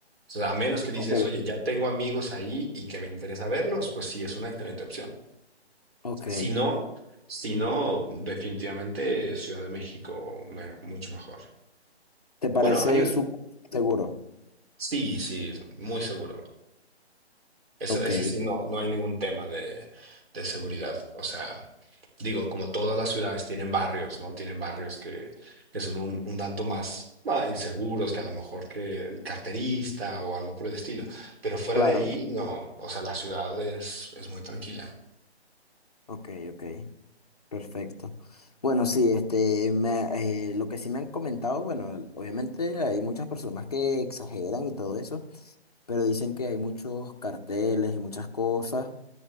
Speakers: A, on the right; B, on the left.
A: O sea, a menos que dices,
B: Ok,
A: oye, ya tengo amigos ahí y que me interesa verlos, pues sí, es una excelente opción.
B: Ok.
A: Si no, si no, definitivamente Ciudad de México, me- mucho mejor.
B: ¿Te parece
A: Bueno, hay un-
B: súper seguro?
A: Sí, sí, muy seguro. Eso,
B: Ok,
A: ese sí, no, no hay ningún tema de, de seguridad. O sea, digo, como todas las ciudades tienen barrios, ¿no? Tienen barrios que, que son un, un tanto más bah, inseguros que a lo mejor que el carterista o algo por el estilo. Pero fuera
B: claro.
A: de ahí,
B: ok.
A: no. O sea, la ciudad es, es muy tranquila.
B: Ok, ok. Perfecto. Bueno, sí, este, me- eh, lo que sí me han comentado, bueno, el- obviamente hay muchas personas que exageran y todo eso, pero dicen que hay muchos carteles y muchas cosas